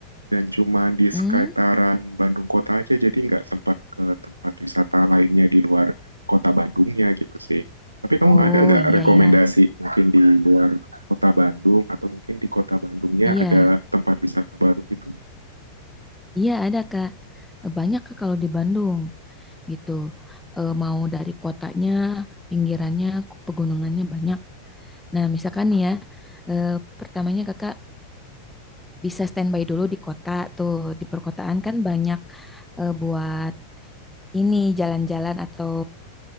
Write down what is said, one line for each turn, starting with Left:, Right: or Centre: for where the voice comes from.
Right: dan cuman di
Centre: mm.
Right: sekitaran Bandung kota aja jadi nggak sempat ke tempat wisata lainnya di luar kota Bandungnya gitu sih. Tapi kamu
Centre: Oh
Right: ada nggak
Centre: iya
Right: rekomendasi
Centre: ya,
Right: mungkin di luar kota Bandung atau mungkin di kota Bandungnya
Centre: iya.
Right: ada tempat wisata baru gitu?
Centre: Iya ada Kak, Eh, banyak Kak kalau di Bandung gitu. Eh, mau dari kotanya, pinggirannya, ku- pegunungannya banyak. Nah misalkan nih ya, eh, pertamanya Kakak bisa standby dulu di kota tuh. Di perkotaan kan banyak eh, buat ini jalan-jalan atau